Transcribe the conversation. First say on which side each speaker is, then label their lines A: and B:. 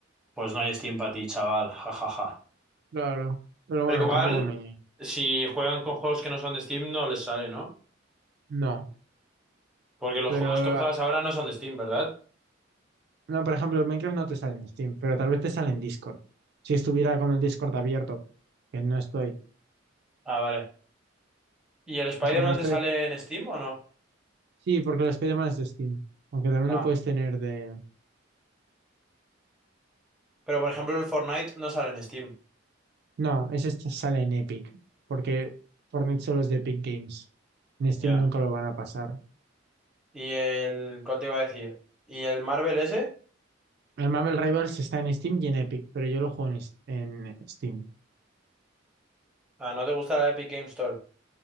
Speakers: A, in the centre; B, on the right.
A: Pues no hay Steam para ti, chaval. Ja, ja, ja.
B: Claro. Pero
A: Pero
B: bueno,
A: igual,
B: tampoco me...
A: si juegan con juegos que no son de Steam, no les sale, ¿no?
B: No.
A: Porque los
B: Pero...
A: juegos que juegas
B: ah,
A: ahora no son de Steam, ¿verdad?
B: No, por ejemplo, el Minecraft no te sale en Steam, pero tal vez te sale en Discord. Si estuviera con el Discord abierto, que no estoy.
A: Ah, vale. ¿Y el Spider-Man
B: O sea, no estoy...
A: te sale en Steam o no?
B: Sí, porque el Spider-Man es de Steam. Aunque también
A: Ah.
B: lo puedes tener de...
A: Pero por ejemplo, el Fortnite no sale en Steam.
B: No, ese este sale en Epic. Porque Fortnite solo es de Epic Games. En Steam
A: Ya.
B: nunca lo van a pasar.
A: ¿Y el... ¿Cuál te iba a decir? ¿Y el Marvel ese?
B: El Marvel Rivals está en Steam y en Epic, pero yo lo juego en, es- en Steam.
A: Ah, ¿no te gusta la Epic Game Store?